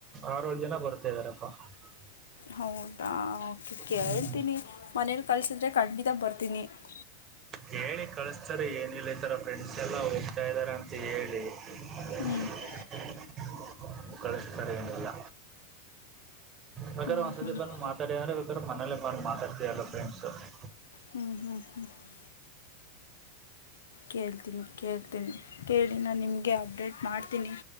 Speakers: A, on the right (about 25°); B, on the left (about 60°).
A: ಆರ ಏಳು ಜನ ಬರ್ತಾ ಇದರಪ್ಪ. <unintelligible>
B: ಹೌದಾ ಓಕೆ ಕೇಳ್ತೀನಿ
A: ಹ್ಮ್
B: ಮನೇಲಿ ಕಳಸಿದ್ರೆ ಖಂಡಿತ ಬರ್ತೀನಿ. <unintelligible>
A: ಕೇಳಿ ಕಳಿಸ್ತಾರೆ ಏನಿಲ್ಲ ಈತರ ಫ್ರೆಂಡ್ಸ ಎಲ್ಲ ಹೋಗ್ತಾ ಇದಾರೆ ಅಂತ ಹೇಳಿ. <unintelligible>
B: ಹ್ಞೂ
A: ಕಳಿಸ್ತಾರೆ ಏನಿಲ್ಲ ಪ್ರಕಾರ
B: ಹ್ಮ್
A: ಒಂದ್ ಸತಿ
B: ಹ್ಮ್ ಬೇಕಾದ್ರೆ
A: ಬಂದು ಮಾತ್ <unintelligible> ಸರ್ ಯಾರು ಬೇಕ್ರ ಮನೇಲೀ ಬಂದು ಮಾತಡ್ತಯಲ್ಲ ಫ್ರೆಂಡ್ಸ್. <unintelligible>
B: ಹು ಹು ಹು. <unintelligible> ಕೇಳ್ತೀನಿ ಕೇಳ್ತೀನಿ ಕೇಳಿ ನಾನು ನಿಮಗೆ ಅಪ್ಡೇಟ್ ಮಾಡ್ತೀನಿ